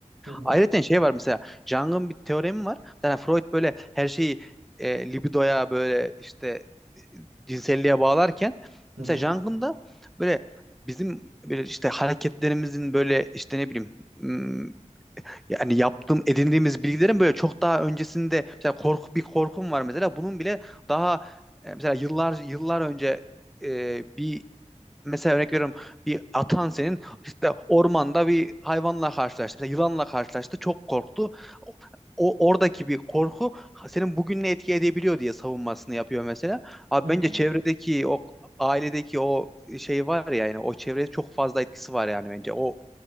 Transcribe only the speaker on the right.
Hı hı.
Hı
hı.
Hı.